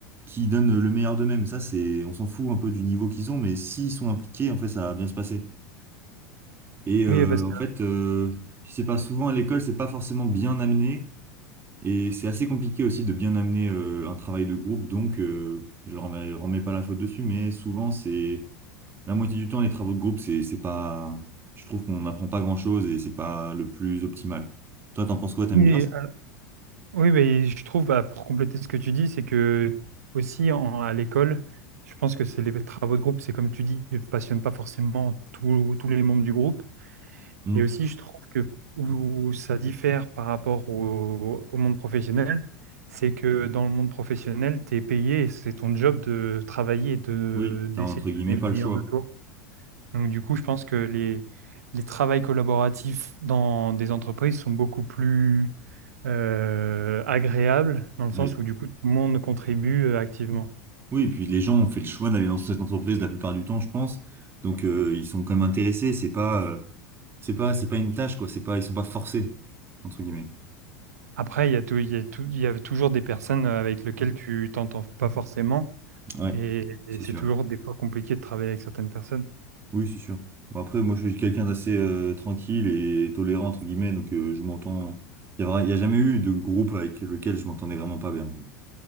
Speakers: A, on the right; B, on the right.
A: qui donnent le meilleur d'eux-mêmes. Ça c'est on s'en fout un peu du niveau qu'ils ont, mais s'ils sont impliqués en fait ça va bien se passer. Et euh,
B: Oui, parce que-
A: en fait, euh, je pas, souvent à l'école, c'est pas forcément bien amené. Et c'est assez compliqué aussi de bien amener euh, un travail de groupe. Donc, euh, je leur remets, remets pas la faute dessus. Mais souvent, c'est la moitié du temps, les travaux de groupe, c'est c'est pas. Je trouve qu'on n'apprend pas grand-chose et c'est pas le plus optimal. Toi, t'en penses quoi? T'aimes
B: oui,
A: bien ça?
B: Oui, mais je trouve, bah, pour compléter ce que tu dis, c'est que aussi en- à l'école, je pense que c'est les travaux de groupe, c'est comme tu dis, ne passionne pas forcément tous tous les membres du groupe.
A: Hmm.
B: Et aussi, je trouve que où ça diffère par rapport au, au monde professionnel, c'est que dans le monde professionnel, tu es payé et c'est ton job de travailler et de,
A: Oui,
B: d'essayer
A: t'as entre guillemets
B: de donner
A: pas
B: le meilleur
A: le choix.
B: de toi. Donc, du coup, je pense que les, les travails collaboratifs dans des entreprises sont beaucoup plus euh, agréable, dans le sens
A: Oui.
B: où du coup tout le monde contribue euh, activement.
A: Oui, et puis les gens ont fait le choix d'aller dans cette entreprise la plupart du temps, je pense. Donc, euh, ils sont quand même intéressés. C'est pas. euh, C'est pas, c'est pas une tâche, quoi. C'est pas, ils sont pas forcés, entre guillemets.
B: Après, il y a tou- il y a tou- il y a toujours des personnes euh, avec lesquelles tu t'entends pas forcément,
A: Ouais,
B: et, et
A: c'est
B: c'est
A: sûr.
B: toujours des fois compliqué de travailler avec certaines personnes.
A: Oui, c'est sûr. Bon, après, moi, je suis quelqu'un d'assez euh, tranquille et tolérant, entre guillemets, donc euh, je m'entends. Il y a, vra- il y a jamais eu de groupe avec lequel je m'entendais vraiment pas bien. quoi.